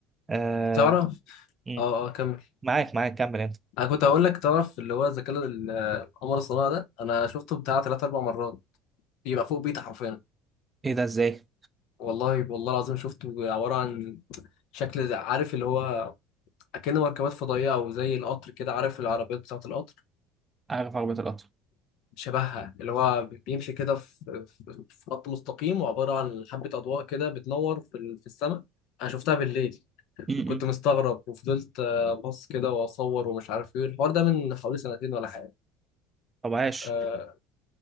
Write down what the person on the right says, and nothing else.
آه
مم.
معاك معاك كمل أنت
إيه ده إزاي؟
عارف عربية القطر
م-
م.
طب عاش